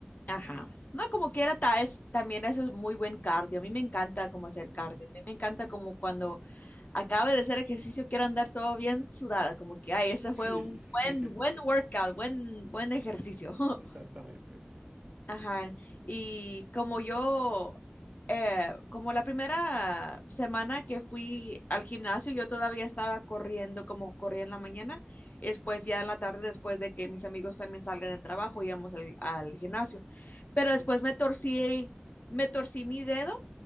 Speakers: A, on the left (about 40°); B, on the right (about 30°).
A: ajá. No, como quiera, ta- es, también eso es muy buen cardio, a mí me encanta como hacer
B: Mm.
A: cardio, a mí me encanta como cuando acabe de hacer ejercicio quiero andar todo bien sudada, como que, ay, ese
B: Sí,
A: fue un buen,
B: <laughs>
A: buen workout, buen, buen ejercicio. <laughs>
B: exactamente.
A: Ajá, y como yo, eh, como la primera semana que fui al gimnasio, yo todavía estaba corriendo como corría en la mañana, y después ya en la tarde, después de que mis amigos también salgan del trabajo, íbamos al, al gimnasio, pero después me torcí, me torcí mi dedo